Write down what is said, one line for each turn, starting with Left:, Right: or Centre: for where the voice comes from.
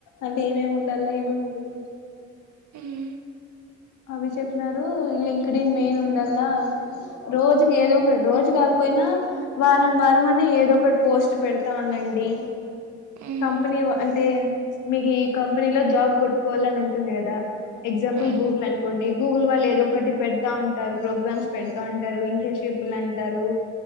Left: అంటే ఏమేమి ఉండాల ఏమేమి ఉండకూడదు
Right: ఉమ్
Left: అవి చెప్పినారు లింక్డ్న్ మెయిన్ ఉండలా రోజుకి ఏదో ఒకటి రోజు కాక పోయినా వారం వారం అనే ఏదో ఒకటి పోస్ట్ పెడతా ఉండ అండి
Right: మ్మ్
Left: కంపెనీ వాఅంటే మీకు ఈ కంపెనీ లో జాబ్ కొట్టుకోవాల అని ఉంటుంది కదా ఎగ్జాంపుల్
Right: మ్మ్
Left: గూగుల్ అనుకొండ్ గూగుల్ వాళ్ళు ఏదో ఒకటి పెడతా ఉంటారు ప్రోగ్రామ్స్ పెడతా ఉంటారు ఇంటర్న్షిప్లు అంటారు